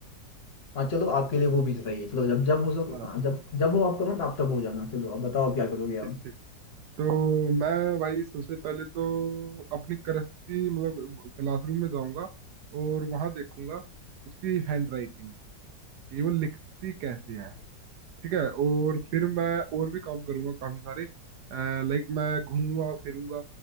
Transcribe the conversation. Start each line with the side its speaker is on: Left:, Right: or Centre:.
Left: हाँ चलो आपके लिए वो भी सही है चलो जब जब हो सको
Right: हाँ
Left: हाँ, जब जब हो आपका मन आप तब हो जाना चलो अब बताओ क्या करोगे आप
Right: ठीक ठीक तो मैं भाई सबसे पहले तो अपनी करस्ती मतलब क्लासरूम में जाऊंगा और वहां देखूंगा उसकी हैंड राइटिंग कि वो लिखती कैसे है ठीक है और फिर मैं और भी काम करूंगा काफी सारे लाइक मैं घूमूंगा फिरूंगा